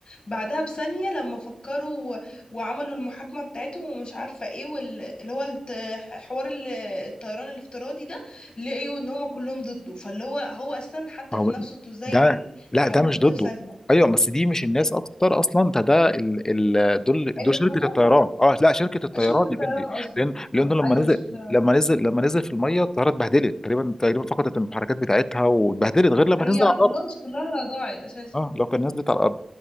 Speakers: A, on the left (about 50°); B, on the left (about 25°).
A: بعدها بثانية لما فكروا و- وعملوا المحاكمة بتاعتهم ومش عارفة ايه واللي هو الت- حوار ال- الطيران الافتراضي ده لقيوا ان هما كلهم ضده فاللي هو هو اساسا حتى
B: هو
A: في نفسه انتوا ازاي
B: ده لا
A: اتحولتوا
B: ده مش ضده
A: كده في ثانية
B: ايوه بس دي مش الناس اكتر اصلا ده ده ال... ال... دول دول
A: الحكومة
B: شركه الطيران اه لا شركه الطيران
A: شركة الطيران
B: يا بنتي
A: قصدي
B: لان لان
A: آه،
B: لما
A: ايوه
B: نزل
A: شركة
B: لما نزل لما نزل في الميه الطياره اتبهدلت تقريبا تقريبا فقدت المحركات بتاعتها واتبهدلت غير لما
A: هي
B: تنزل على الارض
A: خلاص كلها ضاعت اساسا
B: اه لو كان نزلت على الارض